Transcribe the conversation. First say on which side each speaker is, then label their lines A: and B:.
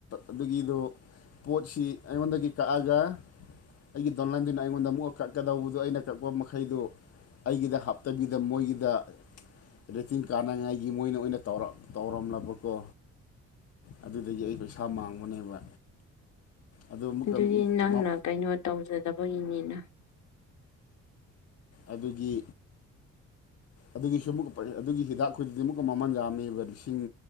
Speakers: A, on the left; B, on the left.
A: ꯑꯗꯨꯒꯤꯗꯣ ꯄꯣꯠꯁꯤ ꯑꯩꯉꯣꯟꯗꯒꯤ ꯀꯛꯑꯒ ꯑꯩꯒꯤ ꯗꯣꯟꯂꯥꯏꯟꯗꯨꯅ ꯑꯩꯉꯣꯟꯗ ꯑꯃꯨꯛ ꯀꯛꯀꯗꯧꯕꯗꯣ ꯑꯩꯅ ꯀꯛꯄ ꯃꯈꯩꯗꯨ ꯑꯩꯒꯤꯗ ꯍꯥꯞ ꯇꯕꯤꯗ ꯃꯣꯏꯒꯤꯗ ꯔꯦꯇꯤꯡ ꯀꯥꯅꯉꯥꯏꯒꯤ ꯃꯣꯏꯅ ꯑꯣꯏꯅ ꯇꯧꯔ ꯇꯧꯔꯝꯂꯕꯀꯣ ꯑꯗꯨꯗꯒꯤ ꯑꯩ ꯄꯩꯁꯥ ꯃꯥꯡꯕꯅꯦꯕ ꯑꯗꯨ ꯑꯃꯨꯛꯀ
B: ꯑꯗꯨꯗꯤ ꯅꯪꯅ
A: ꯃ
B: ꯀꯩꯅꯣ ꯇꯧꯖꯗꯕꯒꯤꯅꯤꯅ
A: ꯑꯗꯨꯒꯤ ꯑꯗꯨꯒꯤꯁꯨ ꯑꯃꯨꯛꯀ ꯄꯩ ꯑꯗꯨꯒꯤ ꯍꯤꯗꯥꯛꯈꯣꯏꯗꯨꯗꯤ ꯑꯃꯨꯛꯀ ꯃꯃꯜ ꯌꯥꯝꯃꯦꯕ ꯂꯤꯁꯤꯡ